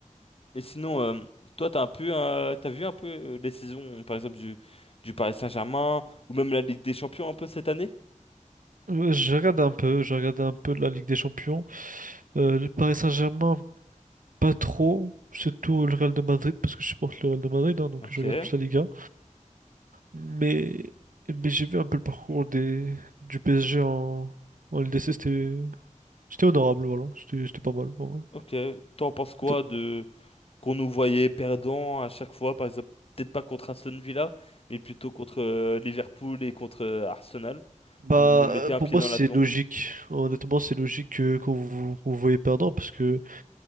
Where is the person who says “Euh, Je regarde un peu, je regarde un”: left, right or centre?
Right